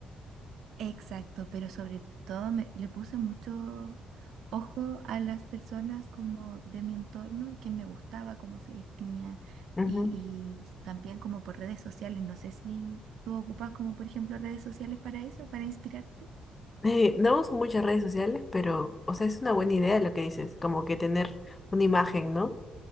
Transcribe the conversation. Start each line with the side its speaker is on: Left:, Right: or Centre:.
Right: Exacto, pero sobre todo me- le puse mucho ojo a las personas como de mi entorno, que me gustaba cómo se vestían
Left: Ujú.
Right: y, y también como por redes sociales. No sé si tú ocupas como por ejemplo redes sociales para eso, para inspirarte.
Left: Eh, no uso muchas redes sociales, pero, o sea, es una buena idea lo que dices, como que tener una imagen, ¿no?